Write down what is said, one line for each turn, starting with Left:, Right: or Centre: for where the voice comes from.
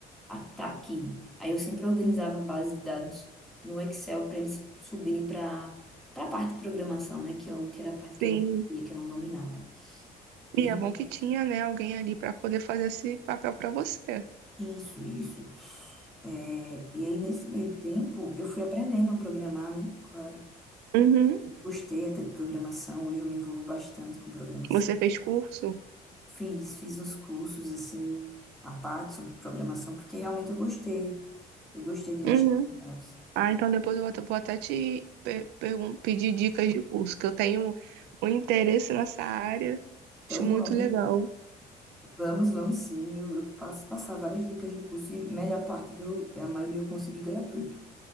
Centre: ataque. Aí eu sempre organizava a base de dados no Excel para eles subirem para para a parte de programação, né? Que, eu, que era a parte
Right: sim.
Centre: que eu não sabia, que eu não dominava. E
Right: E é bom que tinha, né, alguém ali pra poder fazer esse papel pra você.
Centre: isso, isso. É, e aí, nesse meio tempo, eu fui aprendendo a programar, né? Claro.
Right: Uhum.
Centre: Gostei até de programação, hoje eu me envolvo bastante com programação.
Right: Você fez curso?
Centre: Fiz, fiz uns cursos, assim, à parte sobre programação, porque realmente eu gostei. Eu gostei de mexer
Right: Uhum.
Centre: com dados.
Right: Ah, então depois eu vou, vou até te per- pergun- pedir dicas de curso, que eu tenho um interesse nessa área,
Centre: Então,
Right: acho muito
Centre: vamos.
Right: legal.
Centre: Vamos, vamos sim. Eu, eu passo passar várias dicas de curso e melhor parte, viu? É, A maioria eu consegui gratuito.